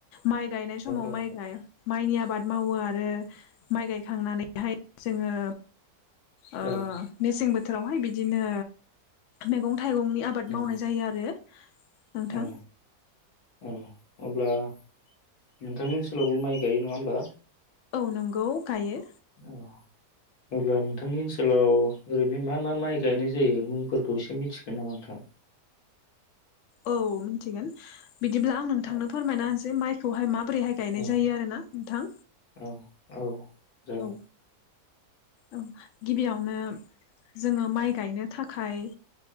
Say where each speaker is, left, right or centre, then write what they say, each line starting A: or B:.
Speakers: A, on the left (about 65°); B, on the left (about 80°).
A: माइ गायनाय समाव
B: औ
A: माइ गा माइनि आबाद मावो आरो माइ गायखांनानैहाय जोङो आ
B: औ
A: मेसें बो बोथोरावहाय बिदिनो मेगं थाइगंनि आबाद
B: नंगौ
A: मावनाय जायो आरो नोंथां
B: औ औ अब्ला नोंथांनि ओनसोलावबो माइ गायो नङा होमबा?
A: औ नंगौ गायो।
B: औ अब्ला नोंथांनि ओनसोलाव ओरैनो मा मा माइ गायनाय जायो मुंफोरखौ एसे मिथिगोन नामा नोंथांङा
A: औ मिथिगोन बिदिब्ला आं नोंथांनो
B: औ
A: फोरमायना होनोसै माइ खौहाय मा बोरैहाय गायनाय
B: औ
A: जायो आरो ना नोंथां
B: औ औ जागोन
A: औ। औ गिबियावनो जोङो माइ गायनो थाखाय